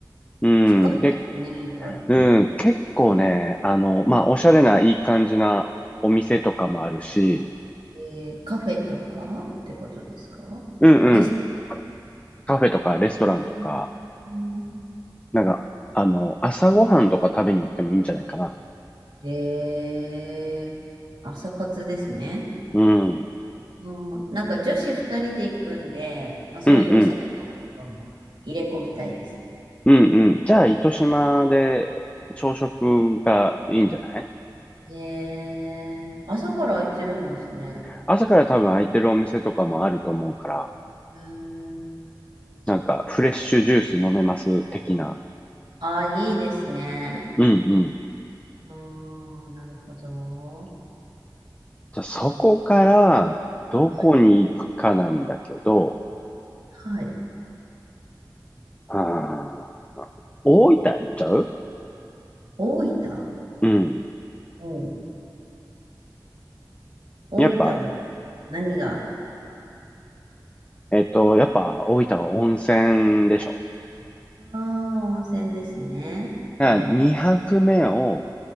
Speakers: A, on the left; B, on the right.
A: うん。
B: 近いですね、
A: で、
B: 意外と。
A: うん、結構ね、あの、まあ、おしゃれないい感じなお店とかもあるし、
B: えー、カフェとかってことですかレスト
A: うんうん。カフェとかレストランとか、
B: ラン。
A: なんか、あの、朝ごはんとか食べに行ってもいいんじゃないかな。
B: えー、朝活ですね。
A: うん。うん
B: うん、なんか女子二人で行くんで、まあ、そういうおしゃれなところも入れ込みたいですね。
A: うん。うんうん。じゃあ、糸島で朝食がいいんじゃない
B: えー、朝から空いてるんですね。
A: 朝から多分空いてるお店とかもあると思うから、
B: うーん、そっか。
A: なんかフレッシュジュース飲めます的な。
B: ああ、いいですね。
A: うん
B: ああ、なるほど。
A: じゃあそこからどこに行くかなんだけど、
B: はい。はい。
A: あー大分行っちゃう
B: 大分。
A: うん。
B: うん大分の
A: やっぱ、
B: 何が
A: えっと、やっぱ大分は温泉でしょ。
B: ああ温泉ですね。
A: だから2泊目を、
B: はいはい。